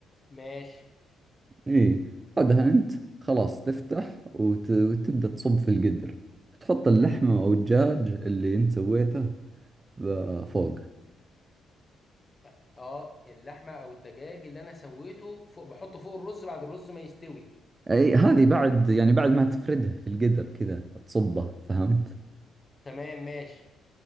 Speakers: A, on the left; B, on the right.
A: ماشي
B: اي بعدها انت خلاص تفتح وت... وتبدأ تصب في القدر وتحط اللحمة او الدجاج اللي انت سويته ب- فوق
A: اه آه، اللحمة او الدجاج اللي انا سويته فوق بحطه فوق الرز بعد الرز ما يستوي
B: اي هذه بعد يعني بعد ما تفردها في القدر كذا تصبه فهمت
A: تمام ماشي